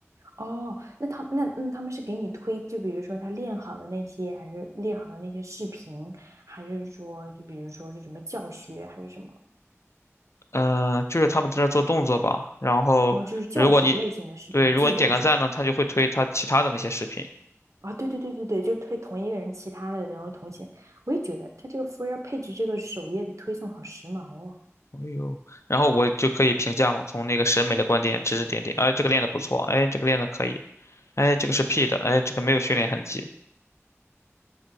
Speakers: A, on the right; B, on the left.
A: 哦，那他那那他们是给你推，就比如说他练好的那些，还是练好的那些视频，还是说就比如说是什么教学，还是什么？
B: 嗯、就是他们在那做动作吧。然后如果你对，
A: 哦，就是教学类型的视频记录是吧？
B: 如果你点个赞呢，他就会推他其他的那些视频。
A: 啊，对对对对对，就推同一个人其他的，然后同前，我也觉得他这个 For You Page 这个首页的推送好时髦哦。
B: 哎呦，然后我就可以评价嘛，从那个审美的观点指指点点。哎，这个练的不错，哎，这个练的可以，哎，这个是 P 的，哎，这个没有训练痕迹。